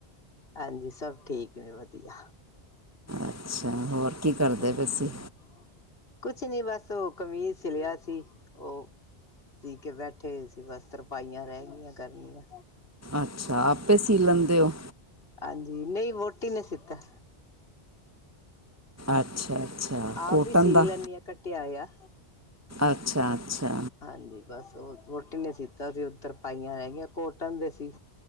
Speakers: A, on the left (about 60°); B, on the right (about 20°).
A: ਹਾਂਜੀ। ਸਭ ਠੀਕ ਨੇ ਵਧੀਆ।
B: ਅੱਛਾ ਹੋਰ ਕੀ ਕਰਦੇ
A: ਹੋਰ
B: ਪਏ
A: ਸੁਣਾਓ?
B: ਸੀ
A: ਕੁਛ ਨੀ ਬਸ ਓ ਕਮੀਜ਼ ਸਿਲਿਆ ਸੀ। ਓ ਸੀ ਕੇ ਬੈਠੇ ਹੋਏ ਸੀ ਬਸ ਤਰਪਾਈਆਂ ਰਹਿ ਗਈਆਂ ਕਰਨੀਆਂ।
B: ਅੱਛਾ। ਆਪੇ ਸੀ ਲੈਂਦੇ ਹੋ?
A: ਹਾਂਜੀ ਨਹੀਂ ਵੋਟੀ ਨੇ ਸੀਤਾ।
B: ਅੱਛਾ- ਅੱਛਾ। ਕੋਟਨ
A: ਆਪ ਵੀ ਸੀ
B: ਦਾ?
A: ਲੈਂਦੀ ਆ ਕੱਟਿਆ ਹੋਇਆ।
B: ਅੱਛਾ- ਅੱਛਾ।
A: ਹਾਂਜੀ ਬਸ ਓ ਵੋਹਟੀ ਨੇ ਸੀਤਾ ਸੀ। ਹੁੱਣ ਤਰਪਾਈਆਂ ਰਹਿ ਗਈਆਂ। ਕੋਟਨ ਦੇ ਸੀ।